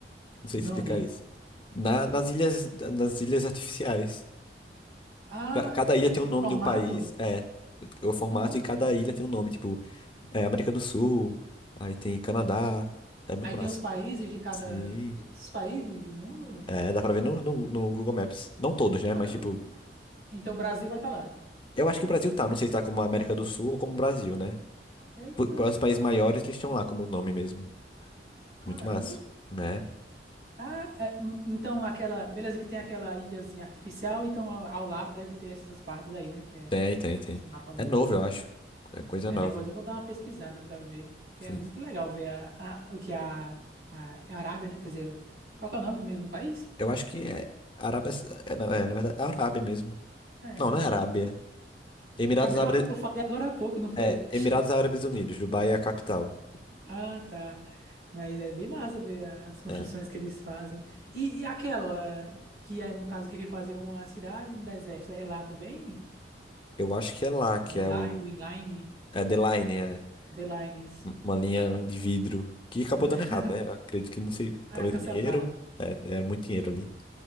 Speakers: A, on the left; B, on the right.
A: Não sei
B: Não,
A: explicar
B: de...
A: isso. Na- nas ilhas, nas ilhas artificiais.
B: Ah,
A: Ca- Cada ilha
B: é,
A: tem o
B: o
A: nome
B: formato?
A: de um país. É, o formato
B: Nossa.
A: e cada ilha tem um nome. Tipo, é, América do Sul, aí tem Canadá. É muito
B: Aí tem
A: massa.
B: os países de cada.
A: Sim.
B: Tem os países do mundo ou não?
A: É, dá pra ver no, no, no Google Maps. Não todos, né?
B: Caramba.
A: Mas, tipo,
B: Então o Brasil vai estar lá.
A: eu acho que o Brasil tá. Não sei se tá como América do Sul ou como Brasil, né?
B: Eita,
A: Po- Os países maiores, eles estão lá como nome mesmo.
B: caramba.
A: Muito massa, né?
B: Ah, é, hum, então aquela. Beleza, que tem aquela ilhazinha artificial, então ao, ao lado deve ter essas partes aí, né? Que é
A: Tem, tem, tem.
B: esse mapa mundi.
A: É novo, eu acho. É coisa
B: Aí
A: nova.
B: depois eu vou dar uma pesquisada para ver. Que
A: Sim.
B: é muito legal ver a, a- o que a, a, é a Arábia, né? Quer dizer, qual que é o nome mesmo do país?
A: Eu acho que é Arábia. É, não, é, na verdade, é Arábia mesmo.
B: É,
A: Não,
B: né?
A: não é Arábia.
B: Ara-
A: Emirados
B: Eu, acabei,
A: Árabes,
B: eu, eu falei agora há pouco, não foi?
A: é, Emirados Árabes Unidos, Dubai é a capital.
B: Ah, tá. Mas é bem massa ver a- as construções
A: É,
B: que eles fazem. E, e aquela que é, no caso, queria fazer uma cidade no deserto, é lá também?
A: eu acho que é lá, que
B: O inline,
A: é o.
B: o inline,
A: É The Line, é
B: The Line, isso.
A: um- uma linha de vidro. Que acabou
B: <laughs>
A: dando errado, né? Eu acredito que não sei,
B: Ah,
A: talvez
B: cancelaram.
A: o dinheiro. É, era muito dinheiro ali.